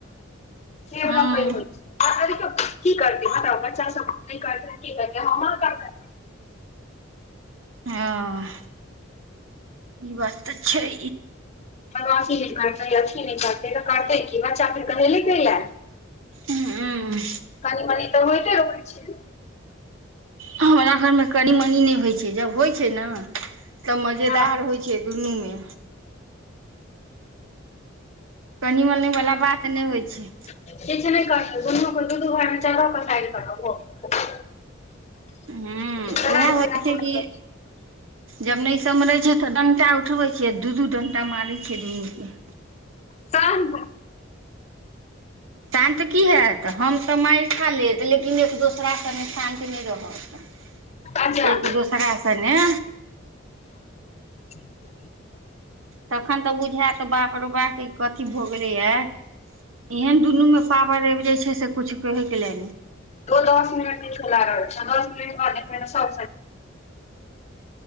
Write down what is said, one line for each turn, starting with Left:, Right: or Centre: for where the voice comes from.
Left: <unintelligible> सेबला
Right: हूँ
Left: पहिन <unintelligible> की करतेै हटाउ बच्चा सब करते की करते हमर करते
Right: हँ ई बात त छै
Left: बदमासी नहि करतै अथी नहि करतै त करतेै की ई बच्चा फेर कहेले कइले
Right: हूँ
Left: कनी मनी तऽ होइते रहै छै
Right: हमरा घरमे कनि मनी नहि होइ छै जब होइ छै न तऽ मजेदार
Left: हँ
Right: होइत छै दुनूमे कनि मनी वाला बात नहि होइ छै
Left: से तऽ नहि करना दुनू द दुनू घरमे <unintelligible> साइड कर
Right: हूँ
Left: करार
Right: उएह होइ
Left: ल
Right: छै
Left: कोनो
Right: कि जब नहि संभरै छै तऽ डंटा उठबै छियै दू दू डंटा मारै छियै दुनू के
Left: तहन
Right: शानत की हयत हम तऽ मारि खा लेत लेकिन एक दोसरा से नि शान्त नहि रह हँ तऽ
Left: अच्छा
Right: एक दोसरा अस ने
Left: हँ <inaudible>
Right: तखन तऽ बुझायत बाप रौ बा के कथी भऽ गेलैये एहन दुनू मे पावर आइब जाइ छै से कुछु कहै के नहि
Left: ओ दस मिनट ले चला <unintelligible> रहल छै दस मिनट बाद सा